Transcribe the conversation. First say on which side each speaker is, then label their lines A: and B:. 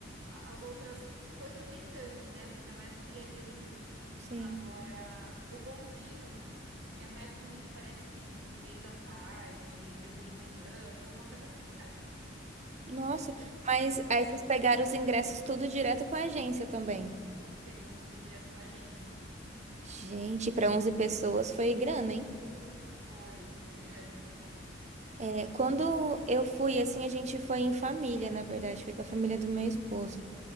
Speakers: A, on the right; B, on the right.
A: a- as outras coisas nem tanto, né? Porque é mais o dia a dia do Rio.
B: sim.
A: Agora, o bondinho é mais bonito, parece que no meio da tarde, ele levou de manhã, foi uma coisa assim, sabe?
B: Nossa,
A: O-
B: mas
A: é,
B: aí vocês pegaram os ingressos tudo direto com a agência também.
A: pegamos tudo direto com a agência.
B: Gente, para 11 pessoas foi grana, hein?
A: Foi, foi grana.
B: É, quando
A: Foi grana.
B: eu fui, assim, a gente foi em família, na verdade, foi com a família do meu esposo.